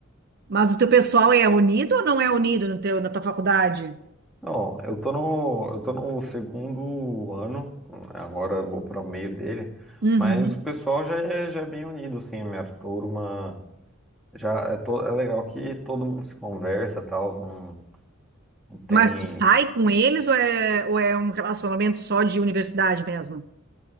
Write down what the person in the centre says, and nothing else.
Não, eu tô no, eu tô no segundo ano, agora eu vou para o meio dele,
mas o pessoal já é, já é bem unido, assim, a minha turma já é, to, é legal que todo mundo se conversa, tal, não, não tem...